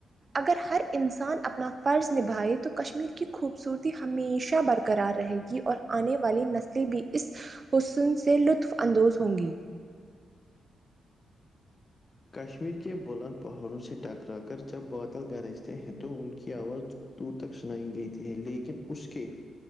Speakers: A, on the right; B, on the left.
A: اگر ہر انسان اپنا فرض نبھائے تو کشمیر کی خوبصورتی ہمیشہ برکر کررار رہے گی اور آنے والی نسلیں بھی اس حسن سے لطف اندوز ہوں گی
B: کشمیر کے بلند پہاڑوں سے ٹکرا کر جب بادل گرجتے ہیں تو ان کی آواز د دور تک سنائی دیتی ہے لیکن اس کے